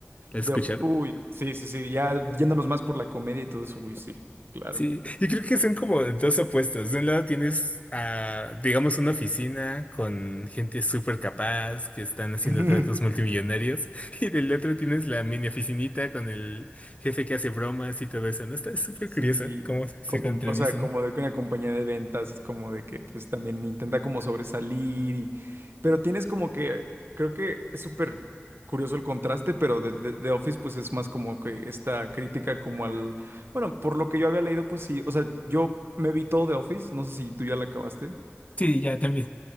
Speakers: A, on the left; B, on the right.
A: ¿La has
B: The
A: escuchado?
B: Office. Uy, sí, sí, sí, ya yéndonos más por la comedia y todo eso, uy, sí, claro.
A: Sí, y creo que son como dos opuestos. De un lado tienes a, digamos, una oficina con gente súper capaz que están haciendo
B: <laughs>
A: tratos multimillonarios, <laughs> y del otro tienes la mini oficinita con el jefe que hace bromas y todo eso, ¿no? Está súper
B: Sí,
A: curioso cómo se
B: com-
A: contradicen.
B: o sea, como de que una compañía de ventas, es como de que pues también intenta como sobresalir, y, pero tienes como que, creo que es súper curioso el contraste, pero de, de, de Office pues es más como que esta crítica como al, bueno, por lo que yo había leído, pues sí, o sea, yo me vi todo de Office, no sé si tú ya la acabaste.
A: Sí, ya también.